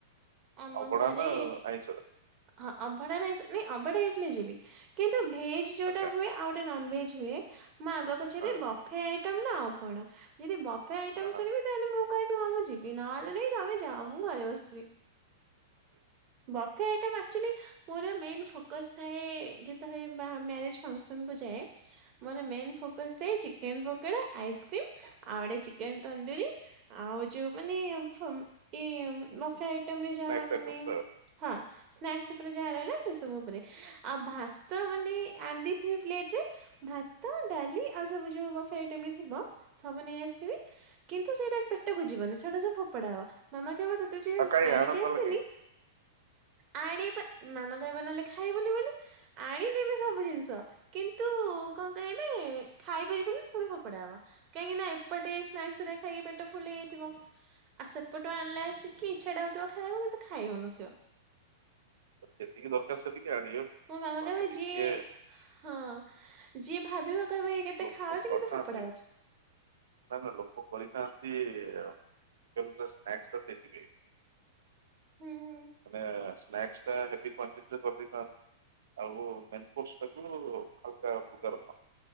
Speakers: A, on the right; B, on the right.
A: ଆମ
B: ଅବଢ଼ା
A: ଘରେ
B: ନା ଆଇଁଷ
A: ହଁ ଅଭଢା ନାଇଁ ନାଇଁ ଅବଢା ହେଇଥିଲେ ଯିବି। କିନ୍ତୁ ଭେଜ ଯୋଉଟା
B: ଆଚ୍ଛା
A: ହୁଏ। ଆଉ ଗୋଟେ ନନଭେଜ ହୁଏ ମୁଁ ଆଗ ପଚାରିବି
B: ହଁ
A: ବଫେ ଆଇଟମ ନା ଆଉ କଣ? ଯଦି ବଫେ ଆଇଟମ୍
B: ହଁ ହଁ
A: ଶୁଣିବି ତାହେଲେ ମୁଁ କହିବି ହଁ ମୁଁ ଯିବି, ନହେଲେ ନାଇ ତମେ ଯାଅ ମୁଁ ଘରେ ବସିିଛି। ବପ ବଫେ ଆଇଟମ ଆଚ୍ୟୁଲି ମୋର ମେନ୍ ଫୋକସ୍ ଥାଏ ଯେତ ଯେତେବେଳେ ବାହା ମ୍ୟାରେଜ୍ ଫଙ୍କସନ୍ କୁ ଯାଏ, ମୋର ମେନ୍ ଫୋକସ୍ ଥାଏ ଚିକ ଚିକେନ୍ ପକୋଡ।, ଆଇସିକ୍ରିମ, ଆଉ ଗୋଟେ ଚିକେନ ତନ୍ଦୁରି। ଆଉ ଯୋଉ ମାନେ ଫୁ ମ ଟି ବଫେ ଆଇଟମରେ
B: ସ୍ନାକ୍ସ
A: ଯାହା ମାନେ
B: ଆଇଟମ୍ ଆଉ
A: ହଁ, ସ୍ନାକ୍ସ ଉପରେ ଯାହା ରହିଲା ସେ ସବୁ ଉପରେ ଆଉ ଭା ତ ମାନେ ଆଣି ଦେଇଥିବି ପ୍ଳେଟରେ ଭାତ, ଡାଲି ଆଉ ସବୁ ଯେଉଁ ବଫେ ଆଇଟମ୍ ରେ ଥିବ? ସବୁ ନେଇ ଆସିଥିବି କିନ୍ତୁ ସେଇଟା ପେଟକୁ ଯିବନି ସେଇଟା ସବୁ ଫୋପଡା ହବ। ମାମା କହିବି ତତେ ଯାହା
B: ଆଉ କାଇଁ
A: ଆଣିକି
B: ଆଣନ୍ତାହେଲେ
A: ଆସଲି
B: କାଇଁ
A: ଆଣିବା, ମାମା କହିବ ନହେଲେ ଖାଇବୁନି ବୋଲି। ଆଣିଥିବି ସବୁ ଜିନିଷ କିନ୍ତୁ କଣ କହିଲେ? ଖାଇ ପାରିବିନି ସବୁ ଫୋପଡା ହବ। କାହିଁକି ନା ଏପଟେ ସ୍ନାକ୍ସ ଅରିକା ଖାଇକି ପେଟ ଫୁଲ ହେଇଯାଇଥିବ। ଆଉ ସେପଟୁ ଆଣିଲେ ଆସିକି ଇଚ୍ଛା ଟା ହଉଥିବ ଖାଇବାକୁ କିନ୍ତୁ ଖାଇ ହଉନଥିବ।
B: ଯେତିକି ଦରକାର ସେତିକି ଆଣିବେ?
A: ମୋ ମାମା
B: ମାତ୍ର
A: କହିବ
B: ଟିକେ
A: ଯିଏ, ହଁ। ଯିଏ ଭାବିବ କହିବ ଇଏ କେତେ
B: ଲୋକ
A: ଖାଉଛି?
B: କରିଥାନ୍ତି
A: କିନ୍ତୁ ଫୋପଡ଼ା ହଉଛି।
B: ନା ନା ଲୋକ କରିଥାନ୍ତି କିନ୍ତୁ ସ୍ନାକ୍ସଟା ସେଇଥିପେଇଁ।
A: ହୁଁ ହୁଁ।
B: ମାନେ ସ୍ନାକ୍ସଟା ହେବି କ୍ବାଣ୍ଟିଣ୍ଟିରେ କରି ଦେଇଥାନ୍ତ୍ ଆଉ ମେନ୍ କୋର୍ସଟାକୁ ହାଲକା ଫୁଲକା ରଖ।